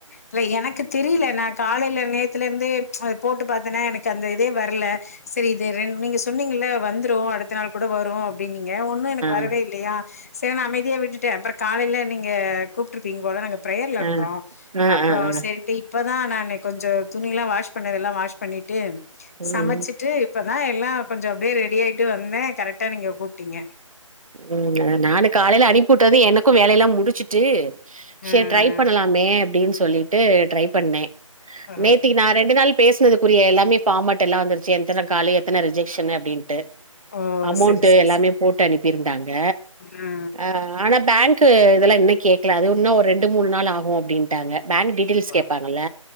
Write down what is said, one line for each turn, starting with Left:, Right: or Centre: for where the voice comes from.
Left: இல்ல எனக்கு தெரியில காலையில நேத்துலெருந்தே அது போட்டு பாத்தேன்னா எனக்கு அந்த இதே வர்ல செரி இது ரெ நீங்க சொன்னீங்கல்ல வந்துரு அடுத்த நாள் கூட வரு அப்டினீங்க ஒன்னு எனக்கு வரவே
Right: ஆ
Left: இல்லையா செரு நா அமைதியா விட்டுட்டே அப்பறோ காலையில நீங்க கூப்ட்டுருப்பீங்க போல நாங்க பிரேயர்ல
Right: ஆ
Left: இருந்தோ
Right: ஆ
Left: அப்பறோ
Right: ஆ ஆ
Left: செ ரி இப்பதா நானு கொஞ்சோ துணி எல்லா வாஷ் பண்ணதெல்லா வாஷ் பண்ணிட்டு
Right: ம்
Left: சமச்சிட்டு இப்பதா எல்லா கொஞ்சோ அப்டியே ரெடி ஆய்ட்டு வந்தே கரெக்டா நீங்க கூப்ட்டீங்க
Right: ம் நானு காலையில அனுப்பி வுட்டது எனக்கு வேலையெல்லா முடிச்சுட்டு
Left: ஆ.
Right: செர் ட்ரை பண்ணலாமே அப்டின் சொல்லிட்டு ட்ரை பண்ணே
Left: ஓ!
Right: நேத்தக்கி நா ரெண்டு நாள் பேசினதுக்குரிய எல்லாமே ஃபார்மேட் எல்லா வந்துரிச்சு எத்தன காலு எத்தன ரிஜெக்ஷன்னு அப்டின்ட்டு
Left: ஓ!
Right: அமௌண்ட்
Left: சரி, சரி,
Right: எல்லாமே
Left: சரி.
Right: போட்டு அனுப்பியிருந்தாங்க
Left: ஆ.
Right: அ ஆனா பேங்க் இதெல்லா இன்னு கேக்கல அது இன்னு ஒரு ரெண்டு மூணு நாள் ஆகு அப்டின்டாங்க பேங்க் டீ டியில்ஸ்
Left: ஆ.
Right: கேட்பங்க